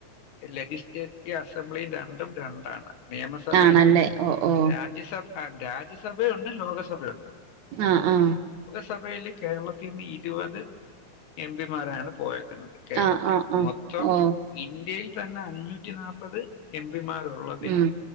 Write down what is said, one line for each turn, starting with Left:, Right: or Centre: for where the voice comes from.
Left: ലെജിസ്ലേറ്റീവ് അസംബ്ലിയും രണ്ടും രണ്ടാണ് നിയമസഭയും
Right: ആണല്ലേ ഓ ഓ
Left: രാജ്യസഭ ആ രാജ്യസഭയുണ്ട് ലോകസഭയുണ്ട്
Right: ആഹ ആഹ
Left: ലസഭയിൽ കേരളത്തിൽ നിന്ന് ഇരുപത് എം പിമാരാണ് പോയ കേരളത്തിൽ
Right: ആഹ് ആഹ് ആഹ്
Left: മൊത്തം
Right: ഓ
Left: ഇന്ത്യ ഇന്ത്യയിൽ തന്നെ അഞ്ഞൂറ്റി നാൽപ്പത് എം പിമാരുള്ളതിൽ
Right: ഉം